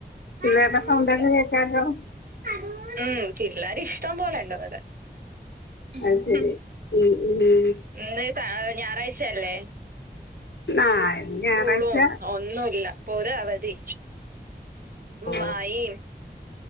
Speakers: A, on the left; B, on the right.
A: പിള്ളേര്ടെ
B: നടൂല്
A: സൗണ്ട് ക്കെ കേക്കാലോ
B: നടൂല് ഉം പിള്ളേര് ഇഷ്ടം പോലെണ്ടിവടെ ഉം
A: അത് ശരി ഉം ഉം
B: ഇന്ന് ത്ത ഞായറാഴ്ചയല്ലേ
A: ആഹ് ഇന്ന് ഞായറാഴ്ച
B: ക്കൂളും ഒന്നുല്ല പോര അവധി
A: ഓ
B: മഴയും